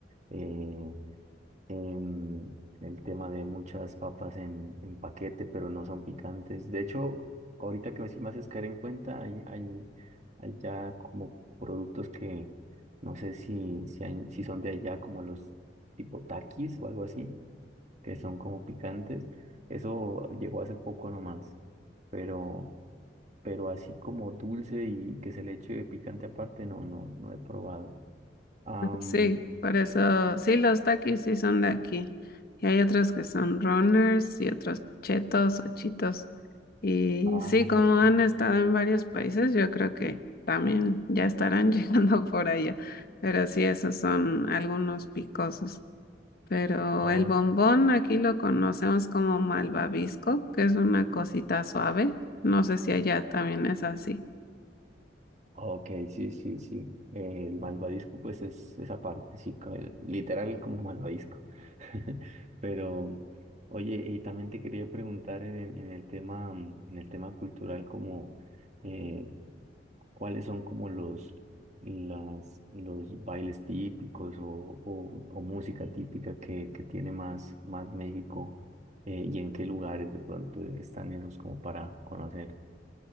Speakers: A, on the right; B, on the left.
A: eh, em, el tema de muchas papas en, en paquete, pero no son picantes. De hecho, ahorita que sí me haces caer en cuenta, hay, hay, hay ya como productos que no sé si, si, hay- si son de allá, como los tipo taquis o algo así que son como picantes. Eso llegó hace poco nomás, pero, pero así como dulce y que se le eche picante aparte, no, no, no he probado. Am,
B: Sí, por eso, sí, los Takis sí son de aquí. Y hay otros que son runners y otros chetos o chitos. Y
A: ah,
B: sí, como
A: ok,
B: han estado en varios países, yo creo que también ya estarán <laughs> llegando por allá. Pero sí, esos son algunos picosos. Pero
A: ok,
B: el bombón aquí lo conocemos como malvavisco, que es una cosita suave. No sé si allá también es así.
A: ok, sí, sí, sí. El malvadisco, pues es esa parte, sí, co- el- literal es como malvadisco. <laughs> Pero, oye, y también te quería preguntar en, el en el tema, mm, en el tema cultural, como eh, cuáles son como los, las, los bailes típicos o, o- o música típica que, que tiene más, más México eh, y en qué lugares de pronto están esos como para conocer.